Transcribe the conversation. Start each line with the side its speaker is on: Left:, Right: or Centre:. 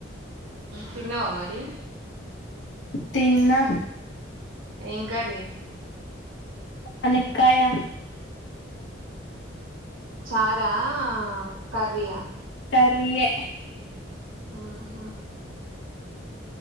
Right: తిన్నావా మరి
Left: తిన్నా
Right: ఏం కర్రీ
Left: అనక్కాయ
Right: చారా కర్రీ ఆ
Left: కర్రీ ఆ
Right: ఉహు